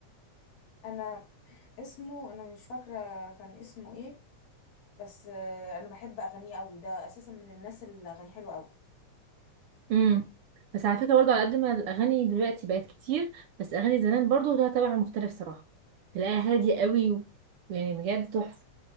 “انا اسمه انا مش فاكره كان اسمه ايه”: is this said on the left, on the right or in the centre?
Left